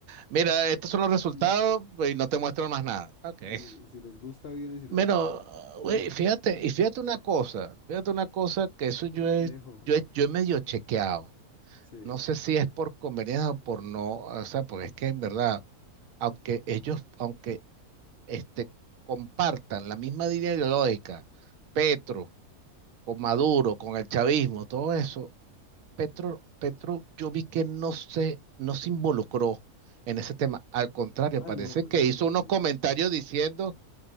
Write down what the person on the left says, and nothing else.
Y, s-
y si les gusta bien y si no
de malas. Uy.
Complejo.
Sí.
Ah,
no,
él
no.